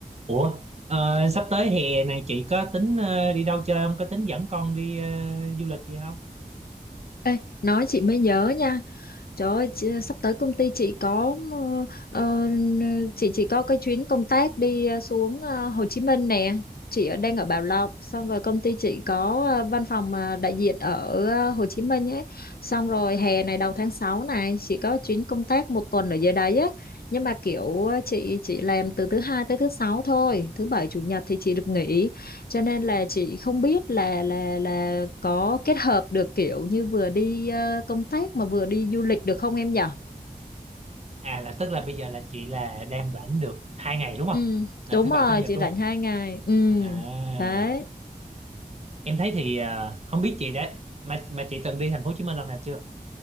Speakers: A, on the right (about 45°); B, on the left (about 80°).
A: Ủa, ờ, sắp tới hè này chị có tính ờ, đi đâu chơi không? Có tính dẫn con đi ờ, du lịch gì không?
B: Ê, nói chị mới nhớ nha. Trời ơi, chị- sắp tới công ty chị có ờ, ờ, chị chỉ có cái chuyến công tác đi ờ, xuống ờ, Hồ Chí Minh nè. Chị ở đang ở Bảo Lộc, xong rồi công ty chị có ờ, văn phòng ờ, đại diện ở ờ, Hồ Chí Minh ấy. Xong rồi hè này đầu tháng 6 này chị có chuyến công tác một tuần ở dưới đấy ấy. Nhưng mà kiểu ờ, chị chỉ làm từ thứ hai tới thứ sáu thôi, thứ bảy chủ nhật thì chị được nghỉ cho nên là chị không biết là là là có kết hợp được kiểu như vừa đi ờ, công tác mà vừa đi du lịch được không em nhở?
A: À là tức là bây giờ là chị là đang rảnh được hai ngày đúng không?
B: Ừ,
A: Là
B: đúng
A: thứ
B: rồi,
A: bảy chủ nhật
B: chị
A: đúng
B: rảnh
A: không?
B: hai ngày. Ừ,
A: À,
B: đấy.
A: em thấy thì ờ, không biết chị đã mà mà chị từng đi thành phố Hồ Chí Minh lần nào chưa?